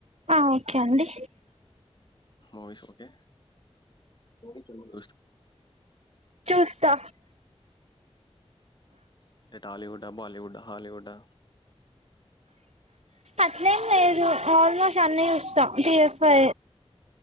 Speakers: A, on the right (about 80°); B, on the left (about 45°).
A: ఆ ఓకే అండి
B: వాయిస్ ఓకే మ
A: చూస్తా
B: అంటే టాలీవుడ్ బాలీవుడ్ హాలీవుడ్
A: అట్లేం లేదు ఆల్మోస్ట్ అన్నీ చూస్తాం టిఎఫ్ఐ